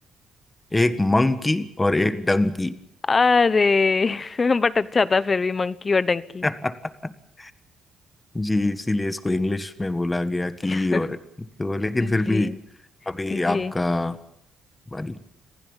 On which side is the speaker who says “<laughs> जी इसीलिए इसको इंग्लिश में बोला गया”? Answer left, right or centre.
Left